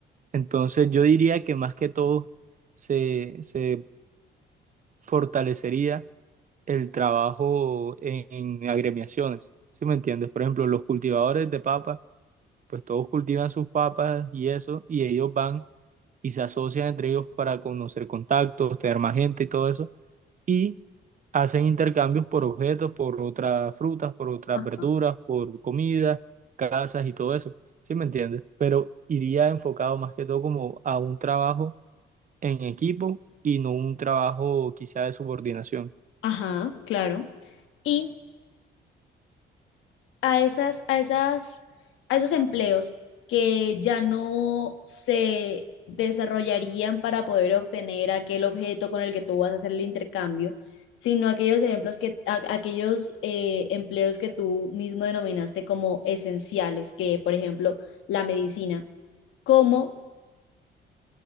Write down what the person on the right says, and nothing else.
Entonces yo diría que más que todo se, se fortalecería el trabajo en, en agremiaciones, ¿sí me entiendes? Por ejemplo, los cultivadores de papas, pues todos cultivan sus papas y eso, y ellos van y se asocian entre ellos para conocer contactos, tener más gente y todo eso, y hacen intercambios por objetos, por otras frutas, por otras
verduras, por comida, casas y todo eso, ¿sí me entiendes? Pero iría enfocado más que todo como a un trabajo en equipo y no un trabajo quizá de subordinación.